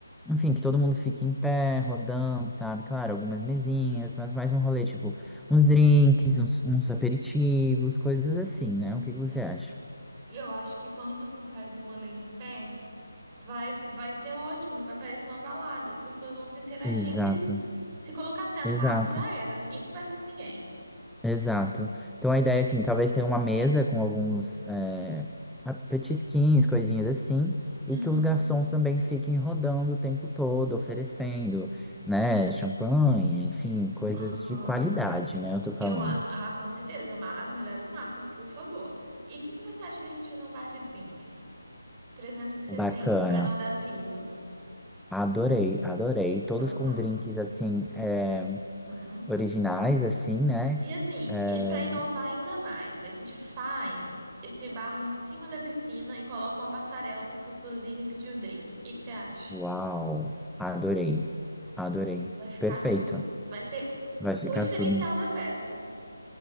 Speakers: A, in the centre; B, on the right (about 20°).
A: enfim, que todo mundo fique em pé, rodando, sabe? Claro, algumas mesinhas, mas mais um rolê, tipo, uns drinks, uns, uns aperitivos, coisas assim, né? O que que você acha?
B: Eu acho que quando você faz um rolê em pé. Vai, vai ser ótimo, vai parecer uma balada, as pessoas vão se interagir
A: Exato,
B: entre si. Se colocar sentado,
A: exato.
B: já era, ninguém conversa com ninguém.
A: Exato. Então a ideia é assim, talvez tenha uma mesa com alguns é, a- petisquinhos, coisinhas assim,
B: Aham,
A: e que os garçons também fiquem rodando o tempo todo, oferecendo, né, champanhe, enfim, coisas
B: aham.
A: de qualidade, né, eu tô falando.
B: Eu, a, ah, com certeza, ma- as melhores marcas, por favor. E o que que você acha da gente fazer um bar de drinks? Trezentos e sessenta
A: Bacana.
B: para não dar fila.
A: Adorei, adorei. Todos
B: Então
A: com
B: tá.
A: drinks assim, é,
B: Uhum.
A: originais, assim, né?
B: E assim,
A: É,
B: e para inovar ainda mais, a gente faz esse bar em cima da piscina e coloca uma passarela para as pessoas irem pedir o drink. O que que você acha?
A: uau, adorei, adorei.
B: Vai ficar
A: Perfeito.
B: tudo. Vai ser
A: Vai ficar
B: o diferencial
A: tudo.
B: da festa.